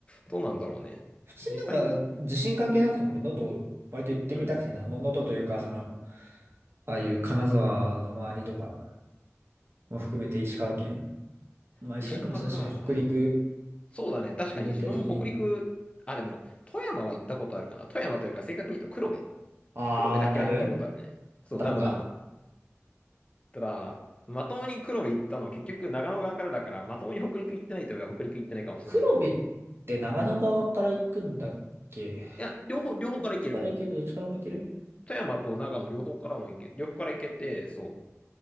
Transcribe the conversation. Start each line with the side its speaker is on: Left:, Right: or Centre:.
Left: どうなんだろうね。
Right: 普通になんか地震関係なくても俺能登割と行ってみたくてさ、
Left: 実際のところ、うん。
Right: の能登というかその、ああいう金沢の周りとかも含めて石川県。まあ石川県もそうだし、
Left: 石川か。
Right: 北陸
Left: そうだね。確かに自分も北陸、
Right: 全体的に。
Left: あ、でも、富山は行ったことあるかな。富山というか、正確に言うと黒部。
Right: あー、
Left: 黒部だけは行ったことあるね。
Right: ダム
Left: そう、
Right: ダムか。
Left: ダムダム。ただ、まともに黒部行ったのは結局長野側からだから、まともに北陸行ってないといえば北陸行ってないかもしれない。
Right: 黒部って長野側から行くんだっけ
Left: いや、両方、両方から行ける。
Right: どっちから行けるどっちからも行ける
Left: 富山と長野両方からも行け、両方から行けて、そ